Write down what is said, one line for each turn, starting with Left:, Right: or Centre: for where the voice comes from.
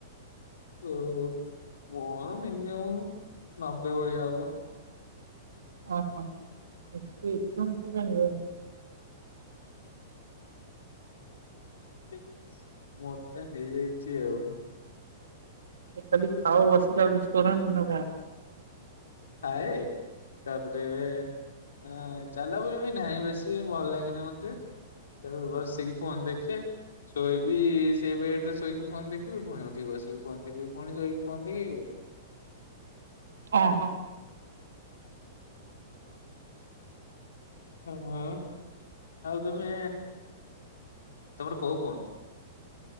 Left: ଓହୋ ମୋର ମିନିମମ୍ ନବେ ଭଳିଆ ହବ।
Right: ଓହୋ ଏତେ ଏତେ ମୋଟା କାଇଁ ହେଇଯାଉଚୁ?
Left: ଏ ମୋଟା ହେଇଯାଇଛି ଆଉ।
Right: ଖାଲି ଖାଉ ବସୁଚୁ ଆଉ କିଛି କରୁନି ନା କଣ?
Left: ଖାଏ ତାପରେ। ଏଁ ଚାଲା ବୁଲି ବି ନାହିଁ ବେଶୀ ଭଲ ଲାଗେନି ମତେ। ତାପରେ ବସିକି ଫୋନ ଦେଖେ। ଶୋଇବି ସେଇ ବେଡରେ ଶୋଇକି ଫୋନ ଦେଖିବି ପୁଣି ଉଠିକି ବସିକି ଫୋନ ଦେଖିବି ପୁଣି ଶୋଇକି ଫୋନ ଦେଖିବି।
Right: ଓଁ ହ।
Left: ହଁ ହଁ ଆଉ ତମେ ତମର କୋଉ ଫୋନ?